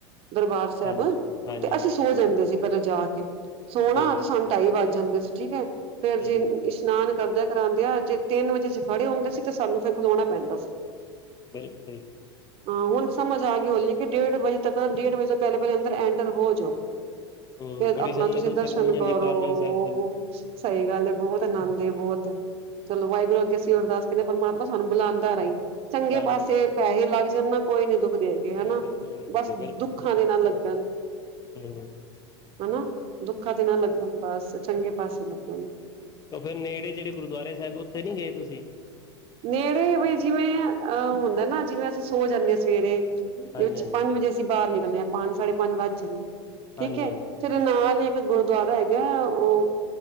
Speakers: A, on the right (about 40°); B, on the left (about 25°).
A: ਦਰਬਾਰ ਸਾਹਿਬ।
B: ਹਾਂਜੀ ਹਾਂਜੀ
A: ਤੇ
B: ਹਾਂਜੀ
A: ਅਸੀਂ ਸੋ ਜਾਂਦੇ ਸੀ ਪਹਿਲਾਂ ਜਾ ਕੇ ਸੋਣਾ
B: ਠੀਕ
A: ਤੇ ਸ
B: ਹੈ
A: ਢਾਈ ਵੱਜ ਜਾਂਦੇ ਸੀ ਠੀਕ ਹੈ। ਫੇਰ
B: ਠੀਕ
A: ਜੀ
B: ਹੈ
A: ਇਸ਼ਨਾਨ ਕਰਦਿਆਂ- ਕਰਾਉਦਿਆਂ ਜੇ ਤਿੰਨ ਵਜੇ ਖੜੇ ਹੁੰਦੇ ਸੀ ਤੇ ਸਾਨੂੰ ਫਿਰ ਖਲਾਣਾ ਪੈਂਦਾ ਸੀ।
B: ਬਿਲਕੁਲ।
A: ਹਾਂ, ਹੁਣ ਸਮਝ ਆ ਗਈ ਓਹੀ ਕਿ ਡੇਢ ਵਜੇ ਤੱਕ ਡੇਢ ਵਜੇ ਤੋਂ ਪਹਿਲੇ ਪਹਿਲੇ ਅੰਦਰ ਐਂਟਰ ਹੋ ਜਾਓ।
B: ਹਮ
A: ਤੇ
B: ਬੜੀ
A: ਆਪਣਾ
B: ਸੰਗਤ
A: ਤੁਸੀਂ
B: ਉੱਥੇ
A: ਦਰਸ਼ਨ
B: ਪਹੁੰਚ ਜਾਂਦੀ
A: ਕਰੋ।
B: ਅਕਾਲ ਸਾਹਿਬ ਤੇ
A: ਸਹੀ ਗੱਲ ਏ ਬਹੁਤ ਆਨੰਦ ਏ ਬੋਅਤ। ਚਲੋ, ਵਾਹਿਗੁਰ ਅੱਗੇ ਸੀ ਅਰਦਾਸ ਕਰਦੇ ਪਰਮਾਤਮਾ ਸਾਨੂੰ ਬੁਲਾਂਦਾ ਰਈ। ਚੰਗੇ
B: ਹਾਂਜੀ
A: ਪਾਸੇ
B: ਹਾਂਜੀ
A: ਪੈਸੇ ਲੱਗ ਜਾਣ ਨਾ ਕੋਈ ਨੀ ਦੁਖਦੇ ਹੈ।
B: ਕੋਈ
A: ਹਨਾ।
B: ਗੱਲ ਕੋਈ ਗੱਲ
A: ਬਸ ਦੁੱਖਾਂ ਦੇ ਨਾਅ ਲੱਗਣ।
B: ਹੈਲੋ,
A: ਹਨਾ। ਦੁੱਖਾਂ ਤੇ ਨਾ ਲੱਗਣ ਬਸ ਚੰਗੇ ਪਾਸੇ ਲੱਗਣ।
B: ਉਹ ਫੇਰ ਨੇੜੇ ਜਿੜੇ ਗੁਰਦੁਆਰੇ ਸਾਹਿਬ ਉੱਥੇ ਨੀ ਗਏ ਤੁਸੀਂ?
A: ਨੇੜੇ ਵੀਈ ਜਿਵੇਂ, ਅਹ ਹੁੰਦਾ ਨਾ ਜਿਵੇਂ ਅਸੀਂ ਸੋ ਜਾਂਦੇ ਸ ਸਵੇਰੇ
B: ਹਾਂਜੀ
A: ਦੇ ਵਿੱਚ
B: ਹਾਂਜੀ
A: ਪੰਜ ਵਜੇ ਅਸੀਂ ਬਾਹਰ ਨਿਕਲਦੇ ਆ। ਪੰਜ, ਸਾਢੇ ਪੰਜ ਵੱਜ ਜਾਂਦੇ ਨੇ ਠੀਕ
B: ਹਾਂਜੀ
A: ਐ।
B: ਹਾਂਜੀ
A: ਫਿਰ ਨਾਲ ਈ ਇੱਕ ਗੁਰਦੁਆਰਾ ਹੈਗਾ ਉਹ